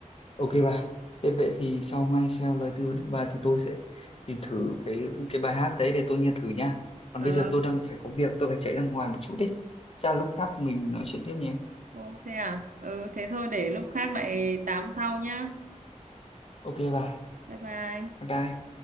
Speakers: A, on the left; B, on the right.
A: ok bà. Thế vậy thì sau ngay theo lời tư vấn của bà thì tôi sẽ tìm thử cái cái bài hát đấy để tôi nghe thử nha. Còn
B: ờ
A: bây giờ tôi đang phải có việc, tôi phải chạy ra ngoài một chút đấy. Chắc là lúc khác mình nói chuyện tiếp nhé.
B: ô thế à ừ thế thôi để lúc khác lại tám sau nhá
A: Ok bà,
B: bye bye
A: bye bye.